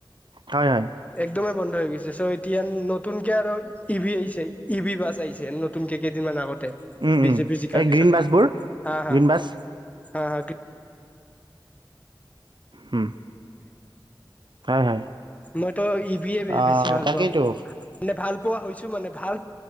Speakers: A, on the right; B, on the left.
A: হয় হয়
B: একদমেই বন্ধ হৈ গৈছে, চ' এতিয়া নতুনকৈ আৰু ই ভ আহিছে ই ভি বাছ আহিছে নতুনকৈ কেইদিনমান আগত।
A: উম উম
B: বিজেপি জিকাৰ
A: এই
B: পিছতে
A: গ্ৰীণ বাছবোৰ
B: হাঁ হাঁ
A: গ্ৰীণ বাছ
B: হয় হয়
A: উম হয় হয়
B: মইতো ই ভি য়ে
A: অ
B: বেছি ভাল
A: তাকেইতো
B: পাওঁ ভাল পোৱা হৈছো মানে ভাল